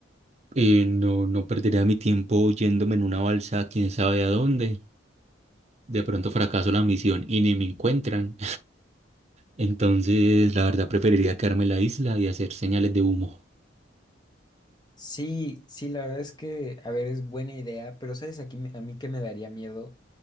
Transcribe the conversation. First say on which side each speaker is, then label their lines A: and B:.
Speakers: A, on the right; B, on the left.
A: Eh, no, no perdería mi tiempo yéndome en una balsa, quién sabe a dónde. De pronto fracaso la misión y ni me encuentran. Entonces, la verdad, preferiría quedarme en la isla y hacer señales de humo.
B: Sí, sí, la verdad es que, a ver, es buena idea, pero sabes, aquí me- a mí que me daría miedo